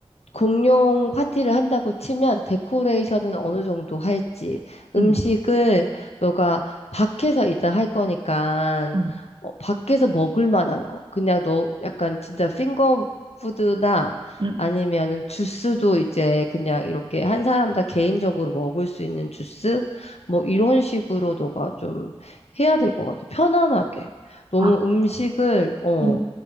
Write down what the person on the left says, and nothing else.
공용 파티를 한다고 치면 데코레이션은 어느 정도 할지 음식을
너가 밖에서 일단 할 거니까
어, 밖에서 먹을 만한 거 그냥 너 약간 진짜 핑거푸드나
아니면은 주스도 이제 그냥 이렇게 한 사람 다 개인적으로 먹을 수 있는 주스 뭐 이런 식으로 너가 좀 해야 될 것 같아 편안하게 너무
음식을 어